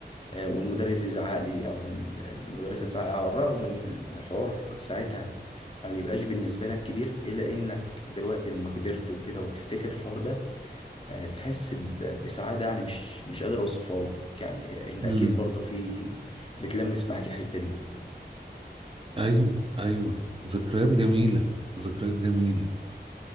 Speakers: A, on the left (about 30°); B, on the right (about 30°).
A: آه، والمدرس يزعق لي او ال- المدرسه تزعق لي، على الرغم ان الحوار ساعتها ما بيبقاش بالنسبه لك كبير الا انك دلوقتي لما كبرت وكده وبتفتكر الحوار ده آه، تحس ب- بسعاده يعني مش مش قادر اوصفها لك يعني آه، انت اكيد
B: امم
A: برضو في بتلمس معاك الحته دي
B: ايوه ايوه ذكريات جميله ذكريات جميله